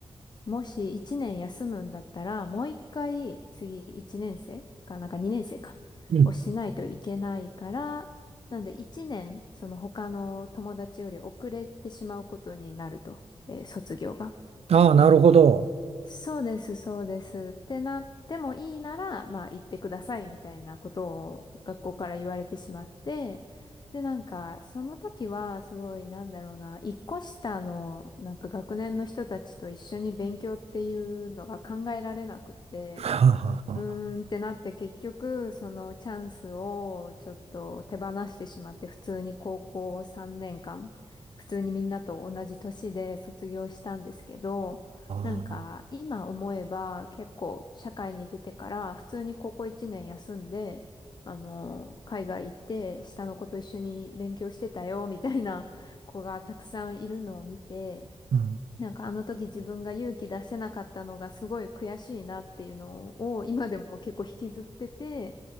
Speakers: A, on the left (about 45°); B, on the right (about 75°).
A: もし1年休むんだったら、もう一回次1年生か、なんか2年生か、
B: うん。
A: をしないといけないから、なんで1年、その他の友達より遅れてしまうことになると。えー卒業が。
B: ああ、なるほど。
A: そうです、そうです。ってなってもいいなら、まあ行ってくださいみたいなことを学校から言われてしまって、で、なんか、その時はすごい、なんだろうな、一個下の、なんか学年の人たちと一緒に勉強っていうのが考えられなくて、
B: はあ、はあは
A: うーんってなって結局そのチャンスをちょっと手放してしまって普通に高校3年間普通にみんなと同じ年で卒業したんですけどなんか今思えば結構社会に出てから普通に高校1年休んであの海外行って下の子と一緒に勉強してたよみたいな子がたくさんいるのを見て
B: <laughs> あ、うん、
A: なんかあの時自分が勇気出せなかったのがすごい悔しいなっていうのを今でも結構引きずってて、